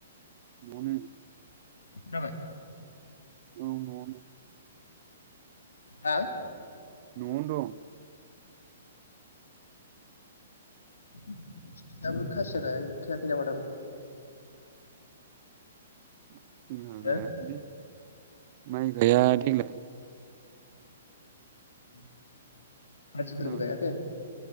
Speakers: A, on the right; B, on the left.
A: न'आवनो।
B: खोनाबाय?
A: औ न'आवनो।
B: हा?
A: न'आवनो दं।
B: नोंसिनथिं दोबो खासिया गायाखै खायाखै नामा दाबो?
A: <inaudible> जोंहा
B: हो
A: गायाखैलै। माइ गाया देग्लाय।
B: उम आदिफोरबो
A: खोनाबाय
B: गायाखै?